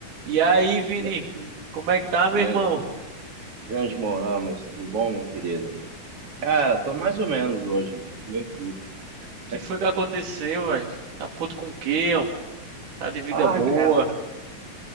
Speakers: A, on the right; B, on the right.
A: E aí, Vini,
B: Gra-
A: como é que tá, meu
B: gran-
A: irmão? O
B: Grande Mohamed, tudo bom, meu querido? Cara, tô mais ou menos hoje, mano. Tô meio puto.
A: que
B: <laughs>
A: foi que aconteceu, velho? Tá puto com o quê, ó? Tá de vida
B: Ah,
A: boa?
B: cara.